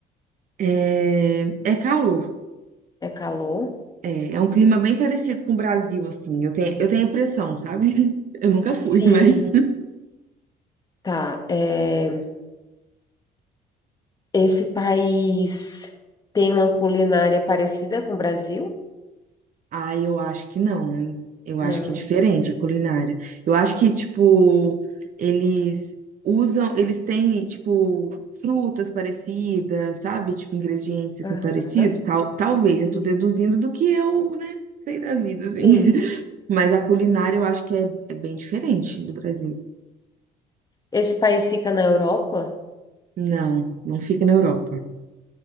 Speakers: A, on the right; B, on the left.
A: É, é calor.
B: É calor?
A: É um clima bem parecido com o Brasil, assim. Eu tenho, eu tenho a impressão, sabe? <laughs> Eu nunca
B: Sim,
A: fui, <laughs> mas.
B: tá. É, esse país tem uma culinária parecida com o Brasil?
A: Ah, eu acho que não. hein? Eu
B: Não.
A: acho que é diferente a culinária. Eu acho que, tipo, eles usam, eles têm, tipo, frutas parecidas, sabe? Tipo, ingredientes, assim,
B: Aham.
A: parecidos. Tal, talvez,
B: Sim.
A: eu tô deduzindo do que eu, né, sei da vida, assim.
B: Sim.
A: <laughs> Mas a culinária eu acho que é, é bem diferente do Brasil.
B: Esse país fica na Europa?
A: Não, não fica na Europa.